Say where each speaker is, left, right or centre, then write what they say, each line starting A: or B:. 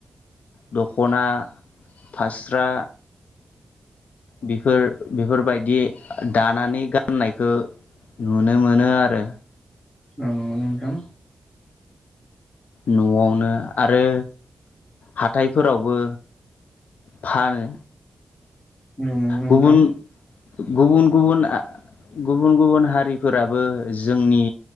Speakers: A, on the left; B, on the left.
A: दख'ना, फास्रा बेफोर बेफोरबायदि दानानै गाननायखो नुनो मोनो आरो
B: औ नंगौ नोंथां
A: न'आवनो आरो हाथायफोरावबो फानो।
B: औ नंगौ नोंथां।
A: गुबुन गुबुन गुबुन आ गुबुन गुबुन हारिफोराबो जोंनि